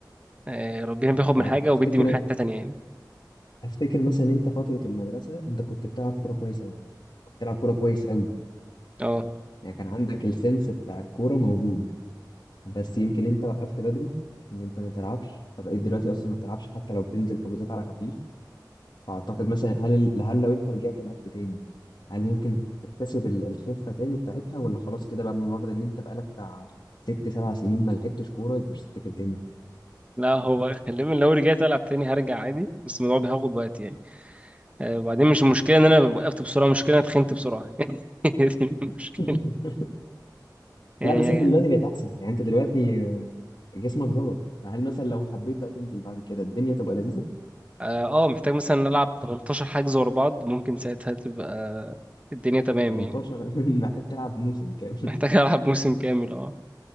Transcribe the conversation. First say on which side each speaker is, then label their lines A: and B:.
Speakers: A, on the right; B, on the left.
A: آه، ربنا بياخد
B: يعني
A: من حاجه
B: افتكر
A: وبيدي من حاجه تانية يعني
B: افتكر مثلا انت فتره المدرسه انت كنت بتلعب كوره كويس قوي كنت بتلعب كوره كويس قوي
A: اه
B: يعني كان عندك السنس بتاع الكوره موجود بس يمكن انت وقفت بدري ان انت ما تلعبش فبقيت دلوقتي اصلا ما بتلعبش حتى لو بتنزل حجوزات على خفيف فاعتقد مثلا هل ال- هل لو انت رجعت لعبت تاني هل ممكن تكتسب ال- الخفه تاني بتاعتها ولا خلاص كده بقى مجرد ان انت بقالك بتاع ست سبع سنين ما لعبتش كوره يبقى مش هتفتكر تاني
A: لا هو خلينا لو رجعت العب تاني هرجع عادي بس الموضوع بياخد وقت يعني آه، وبعدين مش المشكله ان انا وقفت بسرعه المشكله إن انا اتخنت بسرعه <laughs> هي دي المشكله
B: <laughs>
A: يعني
B: لا بس انت دلوقتي بقيت احسن يعني انت دلوقتي جسمك ظبط فهل مثلا لو حبيت بقى تنزل بعد كده الدنيا تبقى لذيذه
A: اه آه، محتاج مثلا نلعب 18 حجز ورا بعض ممكن ساعتها تبقى الدنيا تمام
B: 18
A: يعني
B: <laughs> محتاج تلعب موسم كامل
A: محتاج <laughs> العب موسم كامل اه